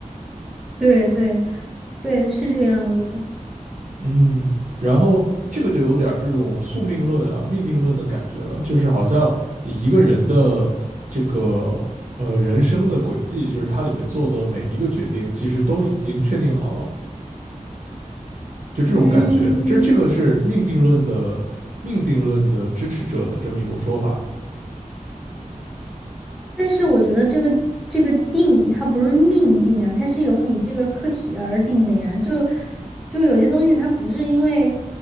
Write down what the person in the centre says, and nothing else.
对对对，是这个样子的。
嗯，
但是我觉得这个这个定它不是命定啊，它是由你这个课题而定的呀。就就有些东西它不是因为